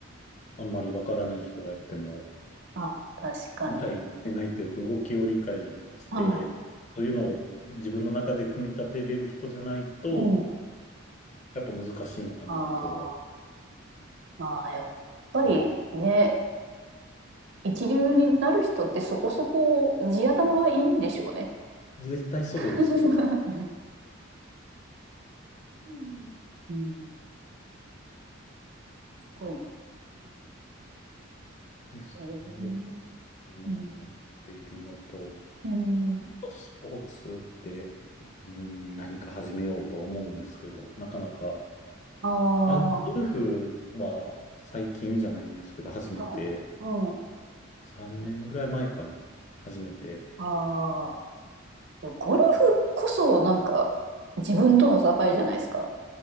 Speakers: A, on the left; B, on the right.
A: あんまりわからない人がやっても、
B: あ、確かに。
A: 理解してないというか、動きを理解して、
B: はい。
A: そういうのを自分の中で組み立てれる人じゃないと、
B: うん。
A: やっぱ難しいのかなとは
B: ああ、まあ、やっぱりね、
A: 思います。
B: 一流になる人ってそこそこ地頭はいいんでしょうね。
A: 絶対そうですね。
B: <laughs> ねうん。うんすごいな。
A: です。
B: えー。
A: ハンドボール、今やっているのと、
B: うん。うん。
A: あとスポーツって、うん、何か始めようと思うんですけど、なかなか、
B: ああ、
A: あ、ゴルフは最近じゃないですけど、
B: は
A: 初めて、
B: い。はい。
A: 3年ぐらい前かな、初めて
B: ああ、ゴルフこそなんか自分との戦いじゃないですか。